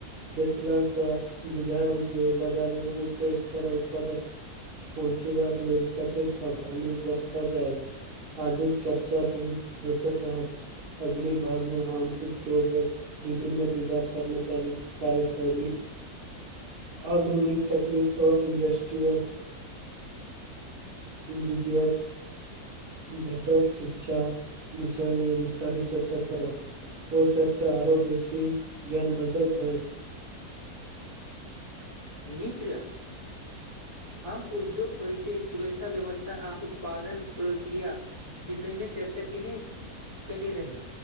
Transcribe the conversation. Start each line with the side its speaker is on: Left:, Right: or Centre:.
Right: देखलासँ बुझायल जे बाजारमे उच्च स्तर उत्पादक पहुँचेबाक लेल कतेक सावधानी बरत आजु चर्चा बहुत रोचक रहल अगली भागमे हम उद्योगक विभिन्न विभाग कर्मचारी कार्यशैली आधुनिक तकनीकके इंडस्ट्रियल बीजी एक्स भेटत शिक्षा विषय मे चर्चा करा देलकब ओ चर्चा आरो बेसी ज्ञान बाधक होएत
Left: मित्र हम उद्योग परिचय सुरक्षा व्यवस्था आ उत्पादन प्रक्रिया विषयमे चर्चा केने कने रही